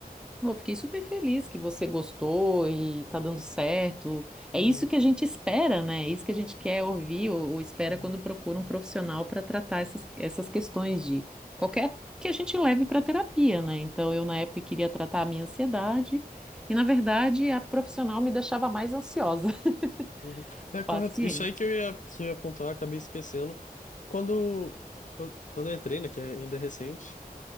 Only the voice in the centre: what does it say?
Eu fiquei super feliz que você gostou e tá dando certo. É
isso que a gente espera, né? É isso que a gente quer ouvir ou, ou espera
quando procura um profissional para tratar essas, essas questões de qualquer que a gente leve para terapia, né? Então eu na época queria tratar a minha ansiedade e na verdade a profissional me deixava mais ansiosa. <laughs>
Paciente.